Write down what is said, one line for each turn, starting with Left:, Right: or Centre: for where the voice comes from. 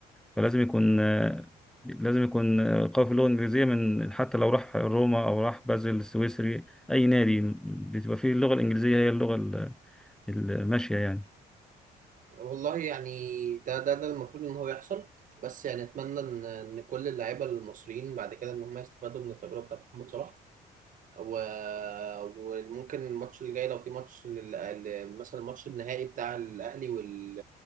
Centre: فلازم يكون لازم يكون قوي في اللغة الإنجليزية من حتى لو راح روما أو راح بازل السويسري أي نادي بتبقى فيه اللغة الإنجليزية هي اللغة ال- الماشية يعني
Right: والله يعني ده ده ده المفروض ان هو يحصل بس يعني اتمنى ان ان كل اللعيبه المصريين بعد كده ان هم يستفادوا من التجربه بتاعت محمد صلاح و... وممكن الماتش اللي جاي لو في ماتش لل... ال- مثلا الماتش النهائي بتاع الاهلي وال...